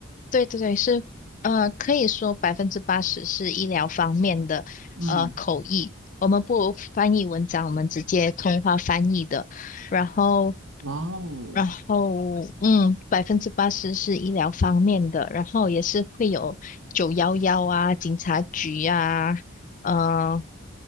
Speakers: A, on the left; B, on the right.
A: 对对对，是呃，可以说百分之八十是医疗方面的呃口译，
B: 嗯，
A: 我们不翻译文章，我们直接通话翻译的。然后
B: 哇哦，
A: 然后，嗯，百分之八十是医疗方面的，然后也是会有九幺幺啊、警察局啊，呃，